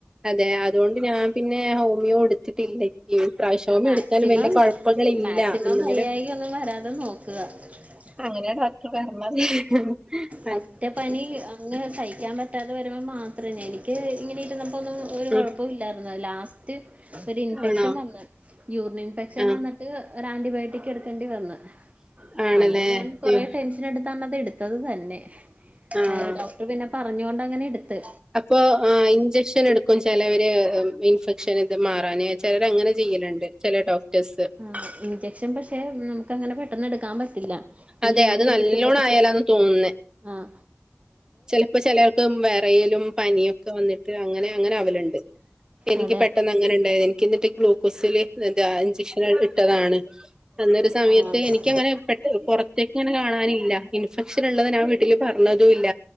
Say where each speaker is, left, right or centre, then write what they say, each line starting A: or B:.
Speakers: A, on the right; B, on the right.
A: അതെ അതോണ്ട് ഞാൻ പിന്നെ ഹോമിയോ എട് കിട്ടില്ല ഈ പ്രാവശ്യം
B: ആ
A: ഹോമിയോ
B: മാക്സിമം
A: എടുത്താലും വല്യ കുഴപ്പങ്ങളില്ല
B: മാക്സിമം
A: എന്നാലും
B: വയ്യായിക ഒന്നും <unintelligible>
A: അങ്ങനെയ ഡോക്ടർ പറഞ്ഞത് ഹ് ഹ
B: പറ്റെ പനി അങ്ങനെ സഹി ക്കാൻ പറ്റാതെ വരുമ്പോ മാത്ര എനിക്ക് ഇങ്ങനെ ഇരുന്നപ്പോ ഒന്നും ഒരു കുഴപ്പും
A: ഉം
B: ഇല്ലായിരുന്നു ലാസ്റ്റ് ഒരു ഇൻഫെക്ഷൻ
A: ആണോ
B: വന്ന് യൂറിൻ ഇൻഫെക്ഷൻ
A: ആഹ്
B: വന്ന് ൻക്ക് ഒരു ആന്റിബയോട്ടിക് എടുക്കണ്ടി വന്ന്
A: ആണല്ലേ
B: അന്ന് ഞാൻ കൊറെ
A: യ്യോ
B: ടെൻഷ് നായിട്ട് തന്നത് എടുത്തത് തന്നെ
A: ആഹ്
B: ഏ ഡോക്ടർ പിന്നെ പറഞ്ഞൊണ്ട് അങ്ങനെ എട്ത്ത്
A: അപ്പൊ ആ ഇഞ്ചക്ഷൻ എടുക്കും ചെലവര് ഇൻഫെക്ഷൻ ഇത് മാറാന് ചെലര് അങ്ങനെ ചെയ്യലുണ്ട് ചെല ഡോക്ടേഴസ്
B: ആ ഇഞ്ചക്ഷൻ പക്ഷെ നമുക്ക് അങ്ങനെ പെട്ടന്ന് എടുക്കാൻ പറ്റില്ല ഈ
A: അതെ
B: ഇങ്ങനെ
A: അത് നല്ലോണം
B: ഇരിക്കുമ്പത്തേക്കും
A: ആയാലാന്ന് തോന്നുന്നേ
B: ആഹ്
A: ചെലപ്പോ ചെലെ ആൾക്ക് വെറയ ലും പനിയൊക്കെ വന്നിട്ട് അങ്ങനെ അങ്ങനെ ആവലുണ്ട് എനിക്ക്
B: അതെ
A: പെട്ടെന്ന് അങ്ങനെ ഇണ്ടായി എനിക് ന്നിട്ട് ഗ്ലൂക്കോസില് താ ഇഞ്ചക്ഷൻ ഇട്ടതാണ് അന്നൊരു സമയത്ത്
B: ആ
A: എനിക്കങ്ങനെ പെ പൊറത് ങ്ങനെ കാണാനില്ല ഇൻഫെക്ഷൻ ഉള്ളത് ഞാൻ വീട്ടില് പറഞ്ഞതും ഇല്ല